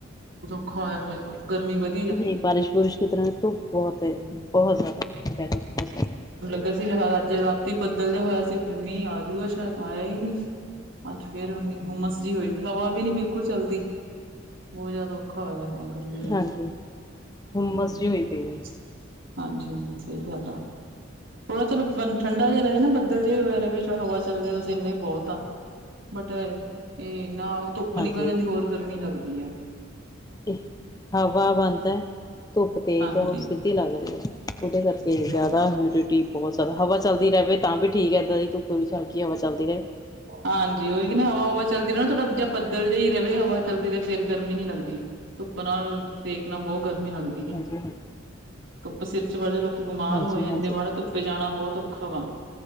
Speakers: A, on the right; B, on the left.
A: ਜੀ ਖ਼ਾਸ ਐ ਔ ਗਰਮੀ ਵੱ
B: ਨਈ ਬਾਰਿਸ਼-ਬੂਰਿਸ਼ <unintelligible> ਏਧਰ ਬੋਹੋਤ ਹੈ, ਬੋਹੋਤ ਜ਼ਿਆਦਾ।
A: <unintelligible> ਅੱਜ ਰਾਤੀ ਬੱਦਲ ਜਿਹਾ ਹੋਇਆ ਸੀ ਮੀਂਹ ਆਜੂਗਾ ਸ਼ਾਇਦ ਆਇਆ ਈ ਨਈ। ਅੱਜ ਫੇਰ ਔਨੀ ਹੁੰਮਸ ਜਈ ਹੋਈ ਹਵਾ ਵੀ ਨੀ ਬਿਲਕੁਲ ਚੱਲਦੀ ਬੋਤ ਜ਼ਿਆਦਾ ਔਖਾ ਹੋਇਆ ਦੈ ਗਰਮੀ
B: ਹਾਂਜੀ ਹੁੰਮਸ
A: <unintelligible>
B: ਜੀ ਹੋਈ ਪਈ ਹੈ
A: ਹਾਂਜੀ-ਹਾਂਜੀ ਸਈ ਗੱਲ ਆ। ਥੋੜਾ ਚਲ ਬ ਠੰਡਾ ਜਿਆ ਰਏ ਨਾ ਬਦਲ ਜਏ ਹੋਏ ਰਵੇ ਥੋੜਾ ਹਵਾ ਚਲਦੇ ਵ ਬਸ ਇੰਨਾ ਈ ਬੋਹੋਤ ਆ। ਬਟ ਐ ਏ ਕਿ ਨਾਲ ਧੁੱਪ
B: ਹਾਂਜੀ
A: ਨਿਕਲ ਜਾਂਦੀ ਹੋਰ ਗਰਮੀ ਲੱਗਦੀ ਏ।
B: ਤੇ ਹਵਾ ਬੰਦ ਐ। ਧੁੱਪ ਤੇਜ਼
A: ਹਾਂਜੀ
B: ਆ। ਔ ਸਿੱਧੀ ਲੱਗ ਰਈ ਐ। ਉਦੇ ਕਰਕੇ
A: ਸਹੀ
B: ਜ਼ਿਆਦਾ
A: ਗੱਲ ਆ
B: ਹੁਮਡਿਟੀ ਬੋਹੋਤ ਜ਼ਿਆਦਾ ਹਵਾ ਚੱਲਦੀ ਰੈਵੇ ਤਾਂ ਵੀ ਠੀਕ ਐ। ਐਦਾਂ ਦੀ ਧੁੱਪ ਵਿੱਚ ਹਲਕੀ ਹਵਾ ਚੱਲਦੀ ਰਏ।
A: ਹਾਂਜੀ ਔਈ ਕਿ ਨਾ ਹਵਾ ਹੁਵਾ ਚੱਲਦੀ ਰੇ ਨਾ ਥੋੜ੍ਹਾ ਜ ਬੱਦਲ ਜਿਹੀ ਰਵੇ, ਹਵਾ ਚੱਲਦੀ ਰਹੇ ਫੇਰ ਗਰਮੀ ਨੀ ਲੱਗਦੀ। ਧੁੱਪ ਨਾਲ, ਸੇਕ ਨਾਲ ਬਹੁਤ ਗਰਮੀ ਲੱਗਦੀ। ਆ
B: ਹਾਂਜੀ-ਹਾਂਜੀ।
A: ਧੁੱਪ ਸਿਰ ਚ ਵੜਦੇ ਲੋਕ ਬਿਮਾਰ
B: ਹਾਂਜੀ
A: ਹੋਏ ਜਾਂਦੇ
B: ਹਾਂਜੀ
A: ਵਾਲਾ ਧੁੱਪੇ ਜਾਣਾ ਬਹੁਤ ਔਖਾ ਵਾ